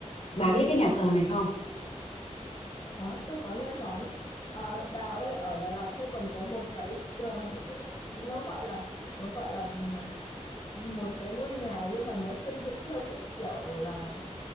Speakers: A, on the left; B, on the left.
A: bà biết cái nhà thờ này không
B: Có, tôi có nghe nói. À, Bà ơi, ở Đà Lạt nó còn có một cái ờ, nó gọi là nó gọi là mà- một cái ngôi nhà nhưng mà nó xây dựng theo cái kiểu là